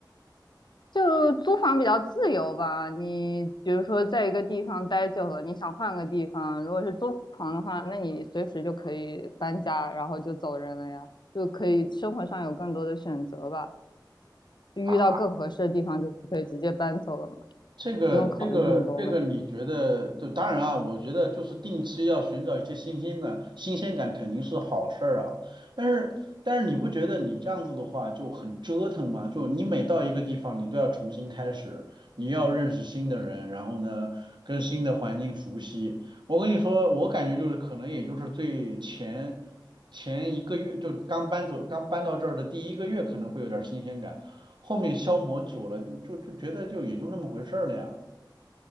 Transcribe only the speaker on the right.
啊？
这个这个这个，
你觉得就当然啊，我觉得就是定期要寻找一些新鲜感，新鲜感肯定是好事儿啊。但是但是你不觉得你这样子的话就很折腾吗？就你每到一个地方，你都要重新开始，你要认识新的人，然后呢跟新的环境熟悉。我跟你说，我感觉就是可能也就是最前前一个月，就刚搬走刚搬到这儿的第一个月可能会有点儿新鲜感。后面消磨久了，就就就觉得就也就那么回事儿了呀。